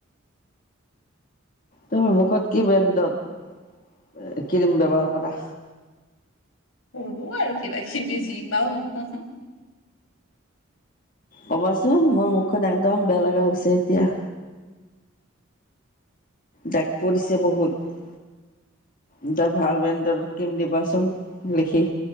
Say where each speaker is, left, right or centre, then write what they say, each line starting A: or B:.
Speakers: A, on the left (about 40°); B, on the left (about 90°).
A: তুমি মুখত কি ব্ৰেণ্ডত ক্ৰীম? ব্যৱহাৰ কৰা
B: কৰো আৰু কিবা কিবি যি পাওঁ।
A: ক'বাচোন মোৰ মুখখন একদম বেয়া লগা হৈছে এতিয়া। জাগ পৰিছে বহুত। এটা ভাল ব্ৰেণ্ডৰ ক্ৰীম দিবাচোন লিখি।